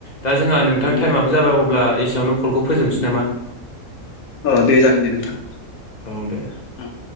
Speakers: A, on the left (about 40°); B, on the left (about 80°).
A: दा जोंहा नोंथां
B: उम
A: टाइम आबो जाबाय अब्ला एसेयावनो कलखौ फोजोबनोसै नामा?
B: अ दे जागोन दे नोंथां
A: औ दे
B: उम।